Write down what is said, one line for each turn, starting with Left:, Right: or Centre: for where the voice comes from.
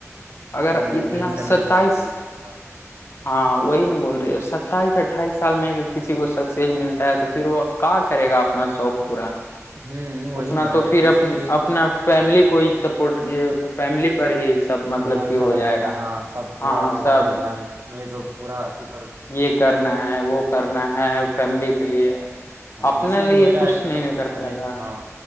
Left: اگر
Right: ٹائم مینجمنٹ
Left: اتنا
Right: کرنے
Left: ستائیس
Right: میں پھر آپ کو دقت ہوگا
Left: ہاں وہی نہیں بول رہی ستائیس اٹھائیس سال میں اگر کسی کو سکسیز ملتا ہے تو پھر وہ کا کرے گا اپنا شوق پورا
Right: ہوں وہی
Left: اتنا
Right: نا
Left: تو پھر
Right: اسی
Left: اپ
Right: لیے
Left: اپنا فیملی کو ہی سپورٹ فیملی پر ہی سب مطلب
Right: دھیان
Left: کہ ہو
Right: چلا جائے گا ہاں سب پورا
Left: ہاں ہاں
Right: ہو
Left: سب
Right: جائے گا دھیان میں تو پورا ا
Left: یہ کرنا ہے وہ کرنا ہے فیملی کے لیے
Right: ہاں
Left: اپنے
Right: اسی لیے میرا
Left: کچھ
Right: ایک
Left: نہیں
Right: مطلب
Left: نہ کر
Right: سمجھے
Left: پائے گا
Right: تو ہاں